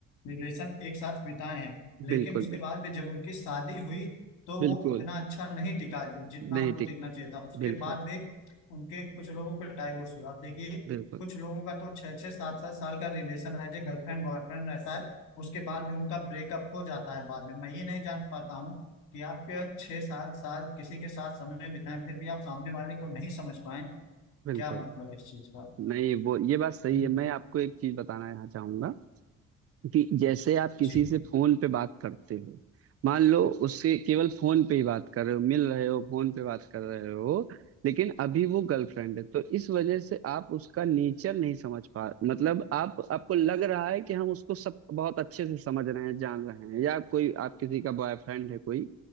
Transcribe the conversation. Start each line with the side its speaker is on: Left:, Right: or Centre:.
Left: रिलेशन एक साथ बिताए हैं लेकिन
Right: बिल्कुल
Left: उसके
Right: बिल्कुल
Left: बाद भी जब उनकी शादी हुई तो
Right: बिल्कुल
Left: वो उतना अच्छा नहीं टिका जि- जितना
Right: नहीं
Left: उनको
Right: ठीक
Left: टिकना चाहिए था उसके
Right: बिल्कुल
Left: बाद भी उनके कुछ लोगों के डाइवोर्स हुआ आप देखिए
Right: बिल्कुल
Left: कुछ लोगों का तो छः छः सात सात साल का रिलेशन है जो गर्लफ्रेंड बॉयफ्रेंड रहता है उसके बाद भी उनका ब्रेकअप हो जाता है बाद में मैं ये नहीं जान पाता हूँ कि आप के छः साल साल किसी के साथ समय बिताएं फिर भी आप सामने वाले को नहीं समझ पाए
Right: बिल्कुल
Left: क्या मतलब इस चीज का
Right: नहीं वो ये बात सही
Left: हम्म
Right: है मैं आपको एक चीज बताना यहाँ चाहूंगा कि जैसे आप किसी
Left: जी
Right: से फोन पे बात करते हो मान लो उससे केवल फोन पे ही बात कर रहे हो मिल रहे हो फोन पे बात कर रहे हो लेकिन अभी वो गर्लफ्रेंड है तो इस वजह से आप उसका नेचर नहीं समझ पा मतलब आप आपको लग रहा है कि हम उसको सब बहुत अच्छे से समझ रहे हैं जान रहे हैं या कोई आप किसी का बॉयफ्रेंड है कोई